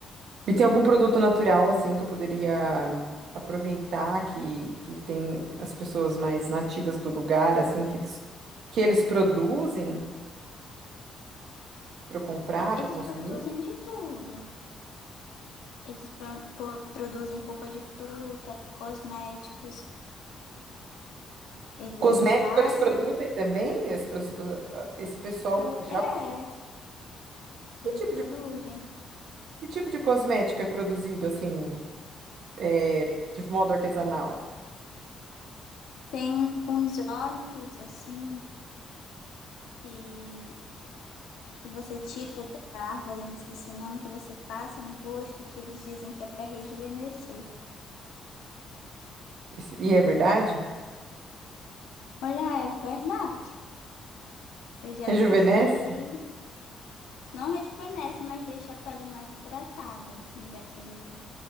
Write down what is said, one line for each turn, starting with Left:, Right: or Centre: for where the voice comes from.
Right: E tem algum produto natural, assim, que eu poderia aproveitar, que, que tem as pessoas mais nativas do lugar, assim, que eles, que eles produzem para eu comprar,
Left: Eles
Right: para eu consumir?
Left: produzem de tudo. Eles pro- po- produzem polpa de fruta, cosméticos. Eles
Right: Cosmético
Left: passam,
Right: eles produzem também? Es- os- ah, Esse pessoal
Left: pro-
Right: já...
Left: é,
Right: Que
Left: eles
Right: tipo
Left: produzem.
Right: de, que tipo de cosmético é produzido, assim, é, de modo artesanal?
Left: Tem uns olhos assim que, que você tira da árvore, eu não esqueci o nome, que você passa no rosto, que eles dizem que é para rejuvenescer.
Right: Isso- E é verdade?
Left: Olha, é verdade. Eu já
Right: <laughs> Rejuvenesce?
Left: testei. Não rejuvenesce, mas deixa a pele mais hidratada, assim, daquele